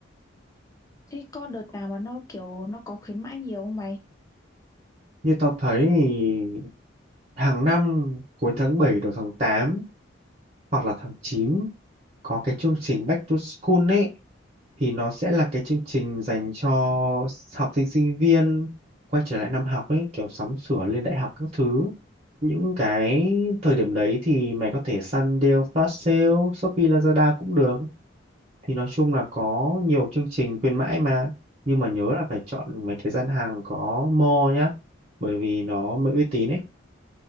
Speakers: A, on the left; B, on the right.
A: Thế có đợt nào mà nó kiểu nó có khuyến mãi nhiều không mày?
B: như tao thấy thì hàng năm cuối tháng 7 đầu tháng 8 hoặc là tháng 9 có cái chương trình Back to School ấy thì nó sẽ là cái chương trình dành cho s- học sinh sinh viên quay trở lại năm học ấy kiểu sắm sửa lên đại học các thứ những cái thời điểm đấy thì mày có thể săn deal flash sale Shopee Lazada cũng được thì nói chung là có nhiều chương trình khuyến mãi mà nhưng mà nhớ là phải chọn mấy cái gian hàng có mall nhá bởi vì nó mới uy tín ấy